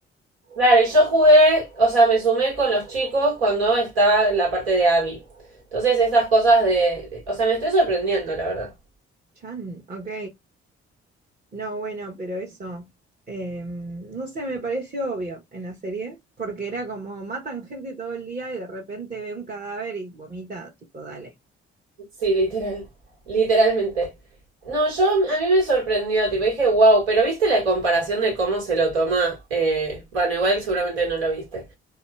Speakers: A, on the right (about 70°); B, on the right (about 25°).
A: Claro, y yo jugué, o sea, me sumé con los chicos cuando estaba en la parte de Abby. Entonces, estas cosas de, O sea, me estoy sorprendiendo, la verdad.
B: Chan, ok. No, bueno, pero eso, eh, no sé, me pareció obvio en la serie, porque era como matan gente todo el día y de repente ve un cadáver y vomita, tipo, dale.
A: Sí, literal. Literalmente. No, yo. A mí me sorprendió, tipo, dije, wow. Pero viste la comparación de cómo se lo toma. eh, bueno, igual seguramente no lo viste.